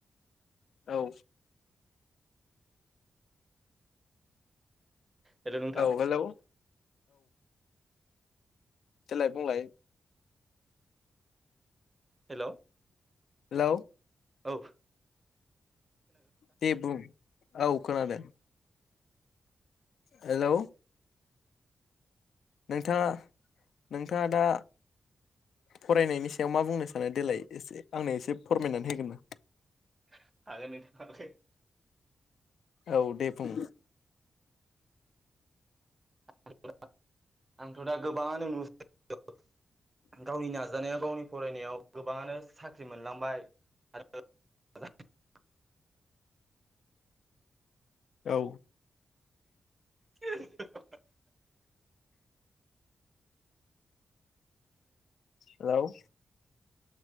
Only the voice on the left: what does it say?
औ
औ हेल' औ देलाय बुंलाय।
हेलौ।
दे बुं औ खोनादों। हेलौ नोंथाङा नोंथाङा दा फरायनायनि सायाव मा बुंनो सानो देलाय आंनो एसे फोरमायनानै होगोन ना
औ दे बुं।
औ
हेल'